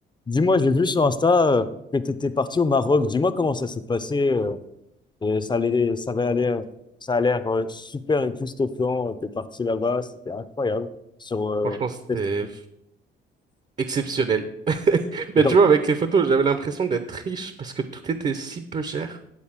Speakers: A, on the left; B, on the right.
A: Dis-moi, j'ai vu sur Insta euh, que tu étais parti au Maroc. Dis-moi comment ça s'est passé. euh, et ça allait, ça va aller, euh, ça a l'air euh, super époustouflant. Tu es parti là-bas, c'était incroyable. Sur, euh,
B: Franchement, c'était
A: c'est-
B: exceptionnel. <laughs>
A: genre,
B: Mais tu vois, avec les photos, j'avais l'impression d'être riche parce que tout était si peu cher.